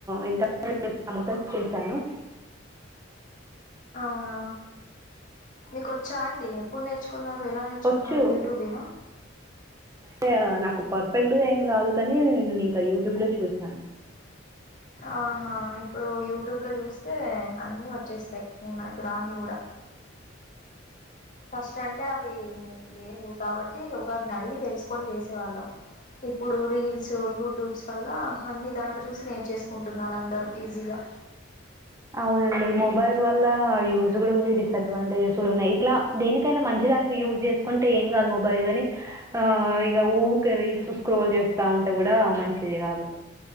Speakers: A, on the right; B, on the left.
A: ఇంతకముందే సమోసా చేసాను
B: అవునా మీకు వచ్చా అండి ఏప్పుడు నేర్చుకున్నారు ఎలా నేర్చుకున్నారు
A: వచ్చు
B: యూట్యూబ్ ఏనా
A: అంటే ఆ నాకు పర్ఫెక్ట్గా ఏం రాదు కాని నేను ఇంకా యూట్యూబ్ లో చూశాను
B: ఆహా ఇప్పుడు యూట్యూబ్ లో చూస్తే అన్ని వచ్చేస్తాయి ఈ మనకు రాంది కూడా ఫస్ట్ అంటే అవి లేవు కాబట్టి ఒకరిని అడిగి తెలుసుకొని చేసేవాళ్ళం ఇప్పుడు రీల్స్ యూట్యూబ్స్ వల్ల అన్ని దాంట్లో చూసి నేర్చేసుకుంటున్నారు అందరూ ఈజీగా
A: అవునండి మొబైల్ వల్ల యూజ్ కూడా ఉంది డిసడ్వాంటేజెస్ కూడా ఉన్నాయి ఇట్లా దేనికైనా మంచిదానికి యూజ్ చేసుకుంటే ఏం కాదు మొబైల్ కాని ఆ ఇక ఊకే రీల్స్ స్క్రోల్ చేస్తా ఉంటే కూడా మంచిది కాదు